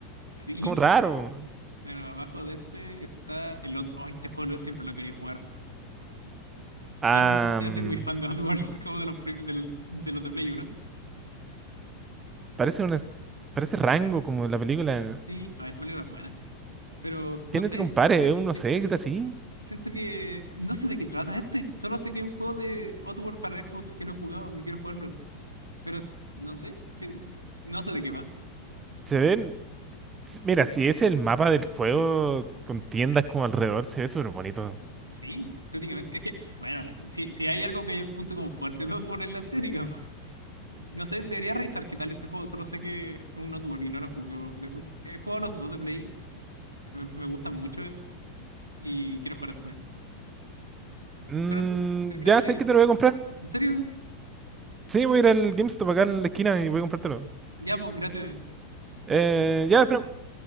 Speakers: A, on the right (about 80°); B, on the right (about 20°).
A: Sí.
B: Es como raro.
A: Bueno, abajo de este está el otro. Oh, este juego lo- siempre lo quería jugar. Soy
B: Ah,
A: muy, yo
B: mm,
A: soy muy fan de Oddworld, <laughs> como de los, prim- del- de, los de Play uno
B: parece una, parece Rango como la película.
A: Sí, ah, esa película es buena. Pero no
B: ¿Quién
A: sé,
B: te compare? Es un no
A: eh,
B: sé, ¿qué tal así?
A: siento que. No sé de qué trata este. Solo sé que es un juego de Oddworld para Xbox que no he jugado y quiero jugarlo. Pero es- no sé, que, no sé de qué va.
B: Se ven, s- mira, si es el mapa del juego con tiendas como alrededor, se ve súper bonito.
A: Sí, estéticamente. Es que, bueno, la- si, si hay algo que es el punto con fuerte <laughs> dos por es la estética. <laughs> No sé, debería revisar qué tal este juego. Solo sé que es un Outward y no lo he jugado. De- un- he jugado los dos de Play. Me, me gustan mucho y quiero jugar este.
B: Mm,
A: Bueno, yo creo
B: ya
A: que debería.
B: sé que te lo voy a comprar.
A: ¿En serio?
B: Sí, voy a ir al GameStop acá en la esquina y voy a comprártelo.
A: Ya, pues, gracias.
B: Eh, ya, espera,